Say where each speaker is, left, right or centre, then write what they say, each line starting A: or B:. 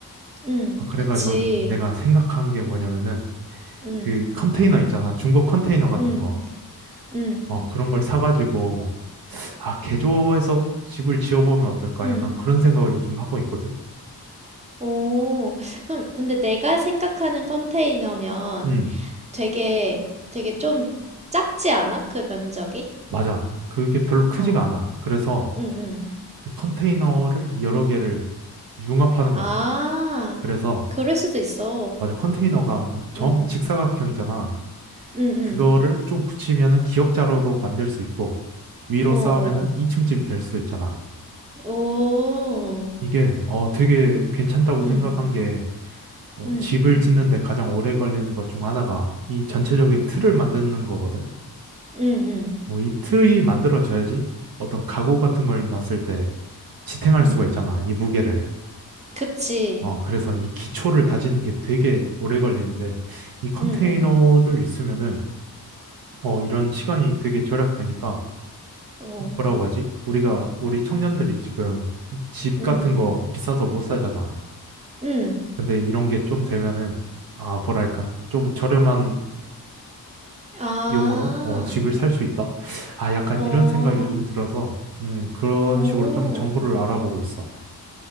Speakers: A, on the right (about 15°); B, on the right (about 65°).
A: 응
B: 아, 그래가지고
A: 그치.
B: 내가 생각한 게 뭐냐면은
A: 응
B: 그 컨테이너 있잖아. 중고 컨테이너 같은
A: 응
B: 거.
A: 응,
B: 어, 그런 걸 사가지고 아, 개조해서 집을 지어보면 어떨까?
A: 응,
B: 약간 그런 생각을 요즘 하고 있거든.
A: 오. 그럼 근데 내가 생각하는 컨테이너면
B: 음,
A: 되게 되게 좀 작지 않아? 그 면적이?
B: 맞아. 그게 별로 크지가
A: 어.
B: 않아. 그래서
A: 응 응.
B: 그 컨테이너를 여러 개를 융합하는
A: 아.
B: 거지. 그래서
A: 그럴 수도 있어.
B: 맞아. 컨테이너가 정,
A: 어.
B: 직사각형이잖아.
A: 응 응
B: 그거를 좀 붙이면은 기억자료도 만들 수 있고 위로
A: 오.
B: 쌓으면은 2층 집이 될 수도 있잖아.
A: 오. 오.
B: 이게 어 되게 괜찮다고
A: 응
B: 생각한 게 어,
A: 응
B: 집을 짓는데 가장 오래 걸리는 것 중 하나가 이 전체적인 틀을 만드는 거거든.
A: 응, 응,
B: 어, 이 틀이 만들어져야지 어떤 가구 같은 걸 놨을 때 지탱할
A: 응.
B: 수가 있잖아. 이 무게를.
A: 그치.
B: 어, 그래서 이 기초를 다지는 게 되게 오래 걸리는데 이 컨테이너를
A: 응응.
B: 있으면은 어, 이런 시간이 되게 절약되니까
A: 어.
B: 뭐라고 하지? 우리가, 우리 청년들이 지금 집
A: 응.
B: 같은 거 비싸서 못 사잖아.
A: 응.
B: 근데 이런 게 좀 되면은, 아, 뭐랄까. 좀 저렴한
A: 아.
B: 비용으로 어, 집을 살 수 있다? 아, 약간
A: 어.
B: 이런 생각이 요즘 들어서, 음, 그런
A: 오.
B: 식으로 좀 정보를 알아보고 있어.